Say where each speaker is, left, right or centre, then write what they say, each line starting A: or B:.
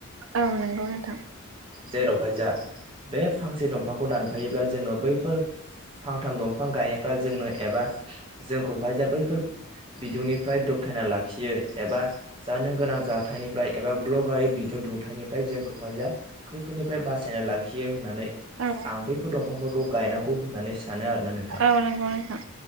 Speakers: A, on the right; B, on the right.
A: औ नोंगौ नोंथां।
B: जेरावहाय जा बे फांसे दंफांखौ दानफायोब्ला जोङो बैफोर फांथाम दंफां गायाफ्रा जोंनो एबा जोंखौहाय जा बैफोर बिदुंनिफ्राय दबथायना लाखियो एबा जानो गोनां जाथायनिफ्राय एबा ग्लगारै बिदुं दुंथायनिफ्राय जोंखौहाय जा खैफोदनिफ्राय बासायना लाखियो होननानै
A: औ
B: आं बै फोर दंफांफोरखौ गायनांगौ होननानै सानो आरोना नोंथा
A: औ नंगौ नोंथां